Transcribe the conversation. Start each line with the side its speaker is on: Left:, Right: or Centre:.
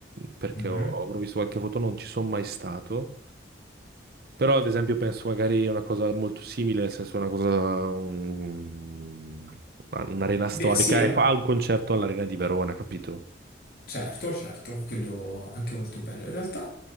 Right: perché
Left: Mhm.
Right: ho, ho visto qualche foto, non ci sono mai stato, però, ad esempio, penso magari a una cosa molto simile, nel senso una cosa, un- una- un'arena storica
Left: Beh, sì, è
Right: e fa un concerto all'Arena di Verona, capito?
Left: Certo, certo, quello anche molto bello in realtà.